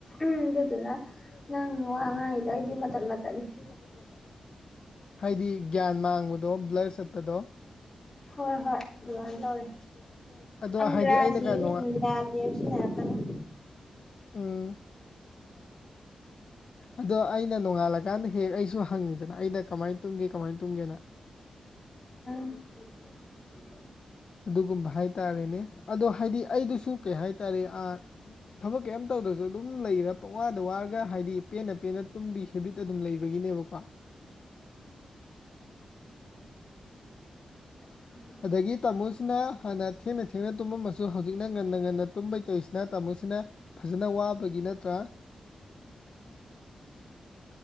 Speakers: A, on the left; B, on the left.
A: ꯎꯝ ꯑꯗꯨꯗꯨꯅ
B: ꯑꯗꯨꯗꯨꯅ
A: ꯅꯪ ꯋꯥ ꯉꯥꯡꯉꯤꯗꯣ
B: ꯅꯪ
A: ꯑꯩꯗꯤ
B: ꯋꯥ
A: ꯃꯇꯠ
B: ꯉꯥꯡꯉꯤꯗꯣ
A: ꯃꯇꯠꯅꯤ
B: ꯑꯩꯗꯤ ꯃꯇꯠ ꯃꯇꯠꯅꯤ ꯍꯥꯏꯗꯤ ꯒ꯭ꯌꯥꯟ ꯃꯥꯡꯕꯗꯣ ꯕ꯭ꯂꯔ ꯆꯠꯄꯗꯣ
A: ꯍꯣꯏ ꯍꯣꯏ ꯑꯗꯨꯃꯥꯏꯅ
B: <unintelligible>
A: ꯇꯧꯔꯦ
B: ꯑꯗꯣ
A: ꯑꯪꯒ꯭ꯔꯥꯖꯤ
B: ꯍꯥꯏꯗꯤ ꯑꯩꯅꯒ
A: ꯑꯃ
B: ꯅꯣꯋꯥ
A: ꯏꯪꯒ꯭ꯔꯥꯖꯤ ꯍꯥꯏꯕ ꯁꯤꯖꯤꯟꯅꯔꯛꯀꯅꯨ
B: ꯎꯝ ꯑꯗꯣ ꯑꯩꯅ ꯅꯣꯡꯉꯥꯜꯂꯀꯥꯟꯗ ꯍꯦꯛ ꯑꯩꯁꯨ ꯍꯪꯉꯤꯗꯅ ꯑꯩꯅ ꯀꯃꯥꯏꯅ ꯇꯨꯝꯒꯦ ꯀꯃꯥꯏꯅ ꯇꯨꯝꯒꯦꯅ
A: <unintelligible>
B: ꯑꯗꯨꯒꯨꯝꯕ ꯍꯥꯏꯇꯥꯔꯦꯅꯦ ꯑꯗꯣ ꯍꯥꯏꯗꯤ ꯑꯩꯗꯨꯁꯨ ꯀꯩ ꯍꯥꯏꯇꯥꯔꯦ ꯑ ꯊꯕꯛ ꯀꯔꯤꯝ ꯇꯧꯗꯁꯨ ꯑꯗꯨꯝ ꯂꯩꯔ ꯄꯛꯋꯥꯗ ꯋꯥꯔꯒ ꯍꯥꯏꯗꯤ ꯄꯦꯟꯅ ꯄꯦꯟꯅ ꯇꯨꯝꯕꯤ ꯍꯦꯕꯤꯠ ꯑꯗꯨꯝ ꯂꯩꯕꯒꯤꯅꯦꯕꯀꯣ
A: <unintelligible>
B: ꯑꯗꯒꯤ ꯇꯥꯃꯣꯁꯤꯅ ꯍꯥꯟꯅ ꯊꯦꯡꯅ ꯊꯦꯡꯅ ꯇꯨꯝꯃꯝꯃꯁꯨ ꯍꯧꯖꯤꯛꯅ ꯉꯟꯅ ꯉꯟꯅ ꯇꯨꯝꯕꯩ ꯇꯣꯏꯔꯤꯁꯤꯅ ꯇꯥꯃꯣꯁꯤꯅ ꯐꯖꯅ ꯋꯥꯕꯒꯤ ꯅꯠꯇ꯭ꯔꯥ